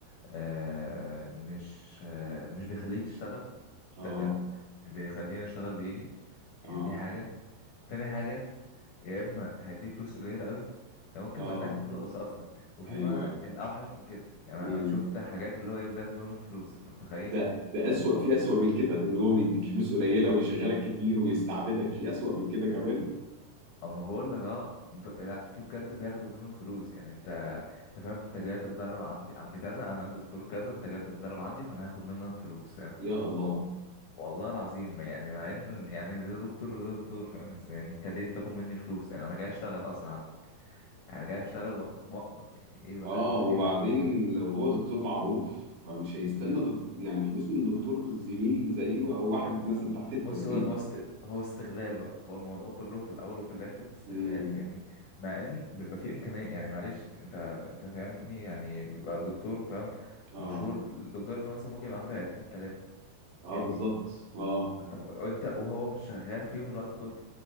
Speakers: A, on the left (about 70°); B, on the right (about 80°).
A: آه مش آه مش بيخليك تشتغل
B: اه
A: انت فاهم مش بيخليني اشتغل بايدي
B: اه
A: يعني دي حاجة تاني حاجة يا اما هيديك فلوس قليلة قوي يا ممكن
B: اه
A: ما ادكش فلوس اصلا وفي
B: ايوه
A: بقى
B: ايوه
A: الاوحش من كده يعني
B: مم.
A: انا شفت حاجات اللي هو إيه، بياخدوا منهم فلوس انت متخيل
B: ده ده اسوأ في اسوأ من كده ان هو بيديك فلوس قليلة ويشغلك كتير ويستعبدك في اسوأ من كده كمان
A: اما بقول لك اه ب... لا في بجد بياخدوا منهم فلوس يعني انت انت فاهم انت جاي تتدرب عندي عند كذا انا دكتور كذا انت جاي تتدرب عندي فانا هاخد منك فلوس فاهم
B: يا الله
A: والله العظيم ما يعني مع ان يعني ده دكتور وده دكتور فاهم ازاي يعني انت ليه بتاخد مني فلوس يعني انا جاي اشتغل اصلا عندك يعني جاي اشتغل و- واقبض يعني ايه بقى
B: اه
A: ال-
B: وبعدين
A: ايه ده
B: لو هو دكتور معروف فمش هيستنى دك... يعني فلوس من دكتور زميل زيه او واحد مثلا تحت التدريب
A: بص هو هو است... هو استغلال بقى هو الموضوع كله في الاول وفي الاخر استغلال
B: امم
A: فاهمني مع ان بيبقى فيه امكانيه يعني معلش انت انت فاهمني يعني بيبقى دكتور فاهم
B: اه
A: مشهور الدكتور انه مثلا ممكن يبقى عنده عيادتين ثلاثه
B: اه
A: فاهمني
B: بالظبط اه
A: طب انت وهو مش شغال فيهم الوقت كله